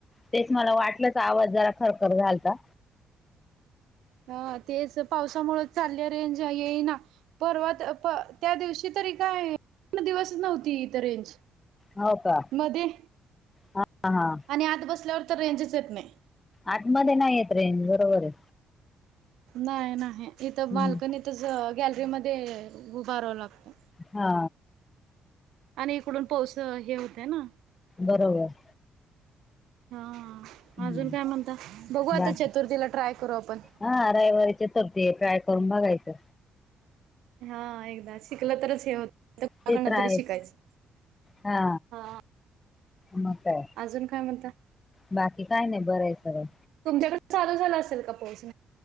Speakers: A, on the left; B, on the right.
A: तेच मला वाटलंच आवाज जरा खरखर घालता.
B: ह तेच पावसामुळं चालले रेंज येईना. परवा प त्या दिवशी तरी काय पण दिवस नव्हती इ तर रेंज.
A: हो का.
B: मध्ये
A: हा हा
B: आणि आत बसल्यावर तर रेंजच येत नाही.
A: आतमध्ये नाहीय रेजू बरोबर आहे.
B: नाही नाही इथं
A: हम्म.
B: बालकनीतच गॅलरी मध्ये उभारावं लागतं.
A: हा
B: आणि इकडून पाऊस हे होतय ना.
A: बरोबर.
B: हा हा
A: हम्म
B: अजून काय म्हणता, बघु आता
A: बाकी
B: चतुर्थीला ट्राय करू आपण.
A: हा रविवारीच्या तरती ट्राय करून बघायचं.
B: हा एकदा शिकलं तरच हे होत. कोणाकडनं
A: ते तर्र
B: तरी
A: आहेच
B: शिकायचं
A: हा
B: हा
A: म काय
B: अजून काय म्हणता
A: बाकी काय नाही बरंय सगं
B: तुमच्याकडे चालू झाला असेल का पाऊस.